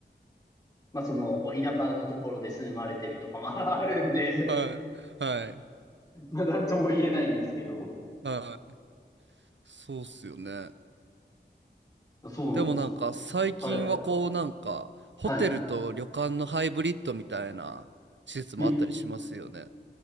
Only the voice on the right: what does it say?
い、はい、
はい。そうっすよね。
でもなんか最近はこうなんか、
ホテルと旅館のハイブリッドみたいな施設もあったりしますよね。